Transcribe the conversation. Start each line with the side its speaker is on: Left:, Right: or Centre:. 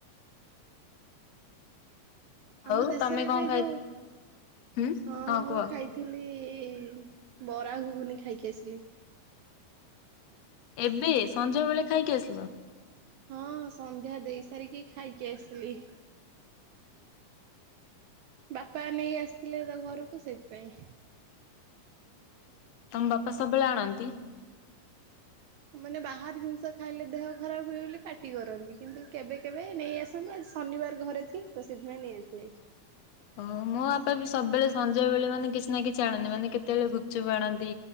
Right: ଆମ
Left: ଆଉ
Right: ଦେଶରେ
Left: ତମେ
Right: ଏବେ
Left: କଣ ଖାଇ
Right: ଯୋଉ
Left: ହୁଁ
Right: ହଁ ମୁଁ
Left: କୁହ
Right: ଖାଇଥିଲି ଏଇ ବରା ଘୁଗୁନି ଖାଇକି ଆସିଲି।
Left: ଏବେ ସଞ୍ଜ ବେଳେ ଖାଇକି ଆସିଲ।
Right: ହଁ ସନ୍ଧ୍ୟା ଦେଇ ସାରିକି ଖାଇକି ଆସିଲି। ବାପା ନେଇ ଆସିଥିଲେ ତା ଘରକୁ ସେଇଥିପାଇଁ
Left: ତମ ବାପା ସବୁବେଳେ ଆଣନ୍ତି।
Right: ମାନେ ବାହାର ଜିନିଷ ଖାଇଲେ ଦେହ ଖରାପ ହୁଏ ବୋଲି ପାଟି କରନ୍ତି କିନ୍ତୁ କେବେ କେବେ ନେଇ ଆସନ୍ତି ଆ ଶନିବାର ଘରେ ତ ସେଇଥିପାଇଁ ନେଇ ଆସିବେ।
Left: ଓ ମୋ ବାପା ବି ସବୁବେଳେ ସଞ୍ ବେଳେ ମାନେ କିଛି ନା କିଛି ଆଣନ୍ତି ମାନେ କେତେବେଳେ ଗୁପଚୁପ ଆଣନ୍ତି।